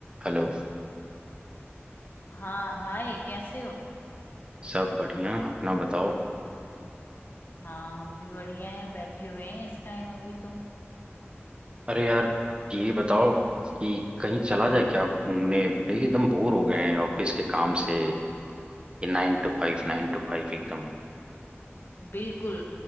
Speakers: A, on the right; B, on the left.
A: Hello
B: हाँ हाय कैसे हो
A: सब बढ़िया अपना बताओ
B: हाँ हम भी बढ़िया हैं बैठे हुए हैं इस टाइम अभी तो
A: अरे यार ये बताओ कि कहीं चला
B: हम्म
A: जाए क्या घूमने भाई एकदम बोर हो गए हैं ऑफिस के काम से ये नाइन टू फाइव नाइन टू फाइव एकदम
B: बिल्कुल